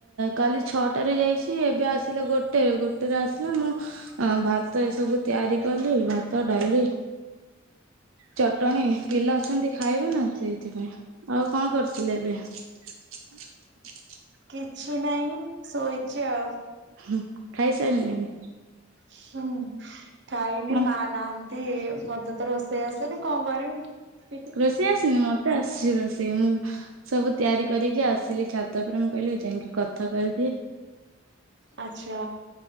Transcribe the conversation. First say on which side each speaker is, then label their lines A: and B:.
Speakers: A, on the right; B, on the right.
A: କାଲି ଛଅଟାରେ ଯାଇଛି ଏବେ ଆସିଲା ଗୋଟ ଟେ ଗୋଟେରେ ଆସିଲା ମୁଁ ଭାତ ଏସବୁ ତିଆରି କଲି ଭାତ ଡାଲି <inaudible> ଚଟଣୀ ପିଲା ଅଛନ୍ତି ଖାଇବେ ନା ସେଇଥିପାଇଁ ଆଉ କଣ କରିଥିଲେ ଏବେ। <inaudible>
B: କିଛି ନାହିଁ ଶୋଇଚି ଆଉ।
A: ହୁଁ ଖାଇସାରିଲେଣି।
B: ହୁଁ ଖାଇନି
A: କଣ
B: ମା ନାହାନ୍ତି ମତେ ତ ରୋଷେଇ ଆସେନି କଣ କରିବି।
A: ରୋଷେଇ ଆସିନି ମତେ ଆସିଚି ରୋଷେଇ ମୁଁ ସବୁ ତିଆରି କରିକି ଆସିଲି ଛାତ ଉପରେ ମୁଁ କହିଲି ଯାଇକି କଥା କରିଦିଏ।
B: ଆଛା